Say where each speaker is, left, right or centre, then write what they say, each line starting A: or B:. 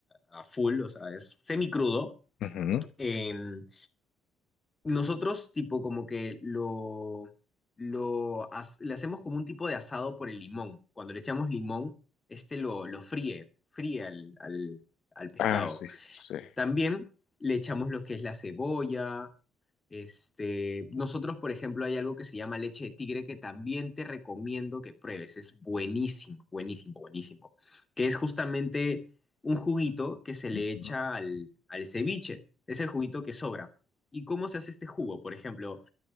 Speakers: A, on the left (about 25°); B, on the left (about 70°).
A: a full, o sea, es semicrudo.
B: Ujú.
A: crudo nosotros, tipo, como que lo, lo as- le hacemos como un tipo de asado por el limón. Cuando le echamos limón, este lo, lo fríe, fríe al, al- al pescado.
B: Ah, sí, sí.
A: También le echamos lo que es la cebolla, este, nosotros, por ejemplo, hay algo que se llama leche de tigre que también te recomiendo que pruebes. Es buenísimo, buenísimo, buenísimo. Que es justamente un juguito que se le
B: Ujú.
A: echa al, al ceviche. Es el juguito que sobra. ¿Y cómo se hace este jugo? Por ejemplo,